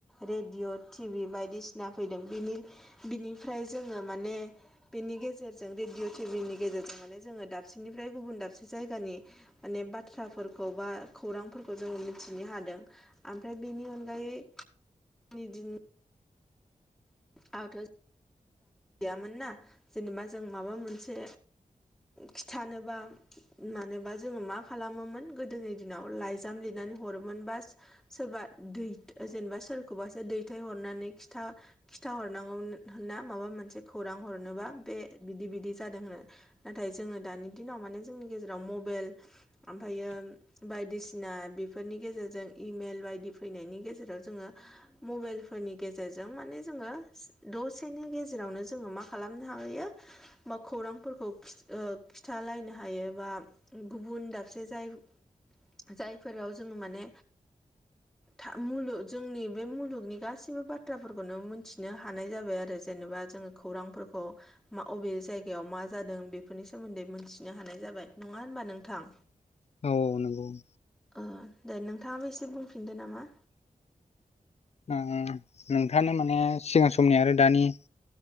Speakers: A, in the centre; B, on the left (about 50°).
A: रेडिय' टिभि बायदिसिना फैदों बिनि बिनिफ्राय जोङो माने बेनि गेजेरजों रेडिय' टिभिनि गेजेरजों माने जोङो दाबसेनिफ्राय गुबुन दाबसे जायगानि माने बाथ्राफोरखौ बा खौरांफोरखौ जोङो मिथिनो हादों ओमफ्राय बेनि अनगायै <unintelligible> <unintelligible> गैयामोन ना जेनेबा जों माबा मोनसे खिथानोबा मानोबा जोङो मा खालामोमोन गोदोनि दिनाव लाइजाम लिरनानै हरोमोन बा सोरबा दै जेनेबा सोरखौबासो दैथायहरनानै खिथा खिथा हरनांगौमोन ना माबा मोनसे खौरां हरनोबा बे बिदि बिदि जादों होनो नाथाय जोङो दानि दिनाव माने जोंनि गेजेराव मबेल आमफायो बायदिसिना बेफोरनि गेजेरजों इमेल बायदि फैनायनि गेजेराव जोङो मबाइल फोरनि गेजेरजों माने जोङो दस फिथाइनि गेजेरावनो जोङो मा खालामनो हायो बा खौरांफोरखौ ओ खिथालायनो हायोबा गुबुन दाबसे जाय जायफोराव जोङो माने था मुलु जोंनि बे मुलुगनि गासिबो बाथ्राफोरखौनो मिथिनो हानाय जाबाय आरो। जेनेबा जोङो खौरांफोरखौ मा अबे जायगायाव मा जादों? बेफोरनि सोमोन्दै मोनथिनो हानाय जाबाय नङा होनबा नोंथां?
B: औ।
A: ओ दे नोंथाङाबो एसे बुंफिनदो नामा?
B: ओ नोंथाङा माने सिगां समनि आरो दानि